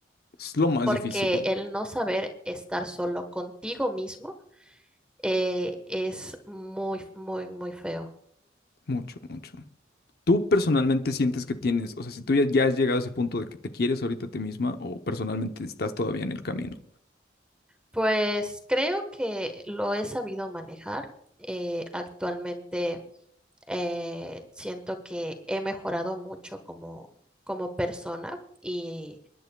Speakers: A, on the left; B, in the centre.
A: Es lo más
B: porque
A: difícil,
B: el no saber estar solo contigo mismo eh, es muy, muy, muy feo.
A: mucho, mucho. ¿Tú personalmente sientes que tienes, o sea, si tú ya, ya has llegado a ese punto de que te quieres ahorita a ti misma o personalmente estás todavía en el camino?
B: Pues creo que lo he sabido manejar. eh, actualmente eh, siento que he mejorado mucho como, como persona y